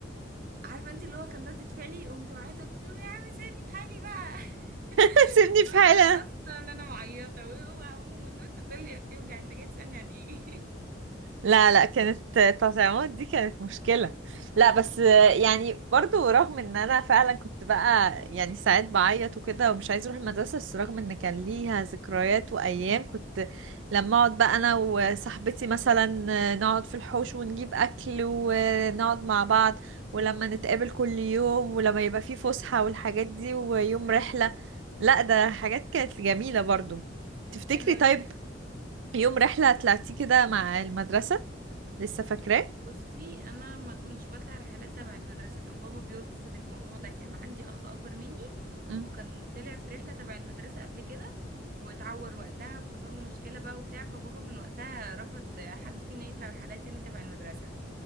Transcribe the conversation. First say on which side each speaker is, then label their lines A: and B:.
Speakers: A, on the right; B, on the right.
A: عارفه انت اللي هو كان ردة فعلي قمت معايا قلت له يا عم سيبني بحالي بقى
B: <laughs>
A: <laughs>
B: سيبني
A: ده
B: في حالي
A: انا اصلا انا معيطه وهموت وانت تقول لي بتوجع انت جاي تسالني عن ايه
B: لا لا كانت تطعيمات دي كانت مشكلة لا بس يعني برضو رغم ان انا فعلا كنت بقى يعني ساعات بعيط وكده ومش عايز اروح المدرسة بس رغم ان كان ليها ذكريات وايام كنت لما اقعد بقى انا وصاحبتي مثلا نقعد في الحوش ونجيب اكل ونقعد مع بعض ولما نتقابل كل يوم ولما يبقى في فسحة والحاجات دي ويوم
A: <laughs> ايوه
B: رحلة لا ده حاجات كانت جميلة برضو تفتكري
A: حلو قوي
B: طيب يوم رحلة طلعتيه كده مع المدرسة لسه فاكراه
A: بصي انا ما كنتش بطلع رحلات تبع المدرسه كان بابا بيرفض الموضوع ده كان عندي اخ اكبر مني
B: مم.
A: وكان طلع في رحله تبع المدرسه قبل كده واتعور وقتها وحصل له مشكله بقى وبتاع فبابا من وقتها رفض حد فينا يطلع رحلات تاني تبع المدرسه